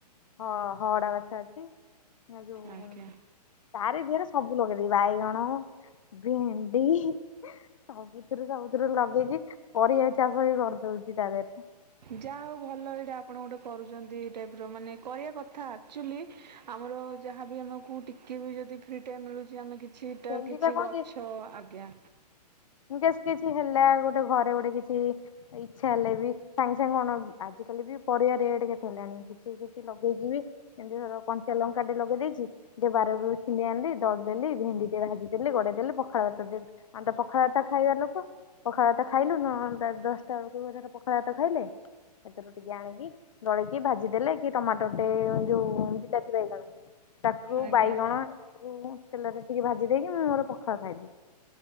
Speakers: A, on the left; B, on the right.
A: ହଁ ହଅଡା ଗଛ ଅଛି। <unintelligible>
B: ଆଜ୍ଞା
A: ତାରି ଦିହରେ ସବୁ ସବୁ ଲଗେଇଦବି ବାଇଗଣ, ଭେଣ୍ଡି ସବୁଥିରୁ ସବୁଥିରୁ ଲଗେଇକି ପରିବା ଚାଷ ବି କରିଦଉଛି ତା ଦେହରେ।
B: ଯାହା ହଉ ଭଲ ଏଇଟା ଆପଣ ଗୋଟେ କରୁଛନ୍ତି ଏ ଟାଇପ ର ମାନେ କରିବା କଥା ଆକ୍ଚୁଆଲି ଆମର ଯାହାବି ଆମକୁ ଟିକେ ବି ଯଦି ଫ୍ରି ଟାଇମ ମିଳୁଛି ଆମେ କି ଛିଟା
A: ଭେଣ୍ଡି
B: କିଛି
A: ଟା କଣ
B: ଗଛ ଆଜ୍ଞା
A: ଯସ୍ଟ କିଛି ହେଲା ଗୋଟେ ଘରେ ଗୋଟେ କିଛି ଇଛା ହେଲେ ବି ସାଙ୍ଗେ ସାଙ୍ଗେ କଣ ଆଜିକାଲି ବି ପରିବା ରେଟ କେତେ ହେଲାଣି କିଛି କିଛି ଲଗେଇକି ବି ଏମିତି ଧର କଞ୍ଚା ଲଙ୍କା ଟେ ଲଗେଇ ଦେଇେଇଛି ଟିକେ ବାରରୁ ଛିଡି ଆଣିଲି ଦଳି ଦେଲି ଭେଣ୍ଡି ଟିକେ ଭାଜି ଦେଲେ ଗୋଡେଇ ଦେଲେ ପଖାଳ ଭାତ ଆମ ତ ପଖାଳ ଭାତ ଖାଇବା ଲୋକ ପଖାଳ ଭାତ ଖାଇଲୁ ନ ଦଶଟା ବେଳକୁ ପଖାଳ ଭାତ ଖାଇଲେ ସେଥିରୁ ଟିକେ ଆଣିକି ଦଳିକି ଭାଜି ଦେଲେ କି ଟମାଟୋ ଟେ ଯୋଉ ବିଲାତିବାଇଗଣ ତାକୁ
B: ଆଜ୍ଞା
A: ବାଇଗଣ ଏକୁ ହେଲାରେ ଟିକେ ଭାଜି ଦେଇକି ମୁଁ ମୋର ପଖାଳ ଖାଇଦିଏ।